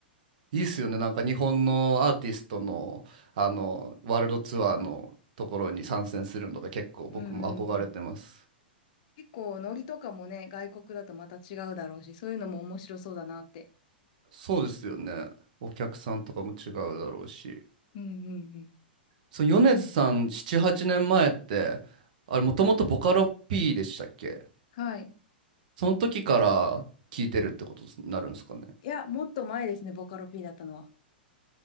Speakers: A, on the right; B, on the left.
A: いいっすよね。なんか日本のアーティストの、あの、ワールドツアーのところに参戦するのが結構僕も憧れてます。
B: うんうんうん。結構、ノリとかもね、外国だとまた違うだろうし、そういうのも面白そうだなって。
A: そうですよね。お客さんとかも違うだろうし。
B: うんうんうん。
A: その米津さん7、8年前って、あれもともとボカロ P でしたっけ
B: はい。
A: その時から聞いてるってことになるんですかね。
B: いや、もっと前ですね、ボカロ P だったのは。